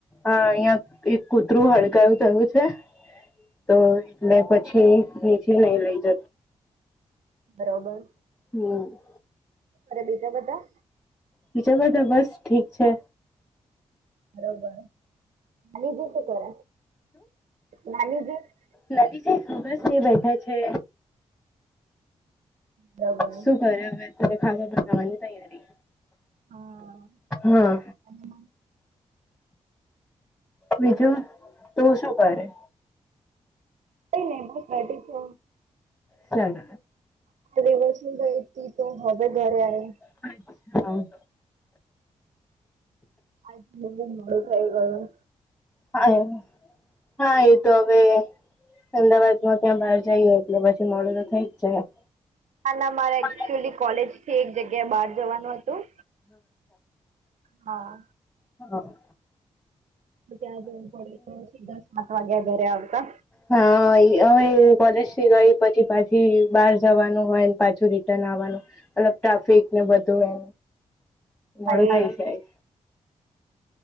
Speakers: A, on the left; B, on the right.
A: અહિયાં એક કૂતરું હડકાયું થયું છે. તો એટલે પછી નીચે નઈ લઈ જ.
B: બરોબર.
A: હમ.
B: અરે બીજા બધા.
A: બીજા બધા બસ ઠીક છે.
B: બરોબર, નાની દ શ કર નાની દ <unintelligible>
A: નાનીજી બસ એ બેઠા છે.
B: બરોબર.
A: શું કરે? હવે અત ખાધા બનાવવાની તૈયારી
B: હા.
A: હા.
B: અને
A: બીજું તું શું કરે?
B: કઈ નહીં બસ બેઠી છે.
A: સરસ
B: દિવસું ગઈ હતી, તો હવે ઘરે આવી.
A: અચ્છા.
B: આજ મોડું થઈ ગયું.
A: હા, એ હા, એ તો હવે. અમદાવાદ માં ક્યાં બહાર જઈએ હોય, એટલે પછી મોડું તો થઈ જ જાય.
B: હા, ના, મારે એકચુલી
A: બહાર
B: કોલેજ થી એક જગ્યાએ બહાર જવાનું હતું. હા.
A: હા.
B: હ, ત્યાં જ થડે, સીધા સાત વાગ્યા ઘરે આવતા.
A: હા, હવે કોલેજ થી ગઈ પછી, પાછી બહાર જવાનું હોય, પાછું રી નું ટ્રાફિક ને, બધું એ મોડું
B: હા એ
A: થઈ જાય.